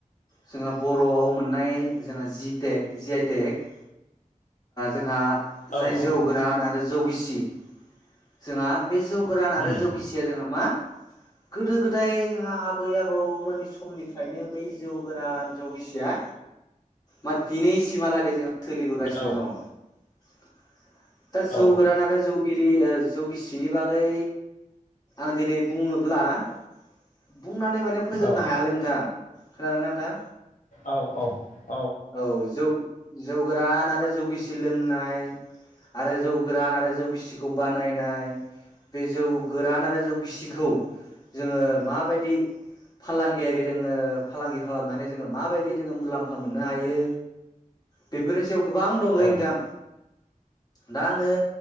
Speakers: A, on the left; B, on the left.
A: जोंहा बर'आव मोननाय जोंहा जि टेक जि आइ टेक जोंहा जाय
B: औ
A: जौ
B: औ
A: गोरान आरो जौ गिसि जोंहा बे जौ गोरान
B: उम
A: आरो जौ गिसिया जोंहा मा गोदो गोदाय जोंहा आबै आबौमोननि समनिफ्रायनो बै जौ गोरान जौ गिसिया मा दिनैसिमहालागै जों सोलिबोगासिनो
B: औ
A: दङ <inaudible> दा जौ
B: औ
A: गोरान जौ गिरि ओ जौ गिसिनि बागै आं दिनै बुङोब्ला <inaudible> बुंनानै माने फोजोबनो
B: औ
A: हायालै नोंथां खोनादों ना नोंथां?
B: औ औ
A: औ जौ जौ गोरान आरो जौ गिसि लोंनाय आरो जौ गोरान आरो जौ गिसिखौ बानायनाय बे जौ गोरान आरो जौ गिसिखौ जोङो माबायदि फालांगियारि जोङो फालांगि खालामनानै जोङो माबायदि जोङो मुलाम्फा मोन मोननो हायो बेफोरनि सायाव गोबां दंलै
B: औ
A: नोंथां दा आङो